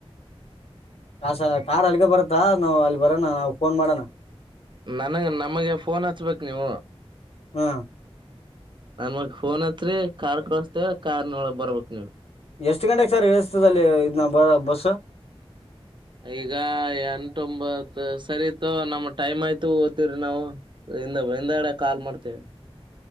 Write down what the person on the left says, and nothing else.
ಹ ಸರ್ ಕಾರ್ ಅಲ್ಲಿಗೆ ಬರತ್ತಾ ನಾವು ಅಲ್ಲಿ ಬರೋಣ ನಾವು ಫೋನ್ ಮಾಡೋಣ.
ಹ್ಮ
ಎಷ್ಟು ಗಂಟೆಗ ಸರ್ ಇಳಸ್ತದಲ್ಲಿ ಇದ್ ನ ಬ ಬಸ್.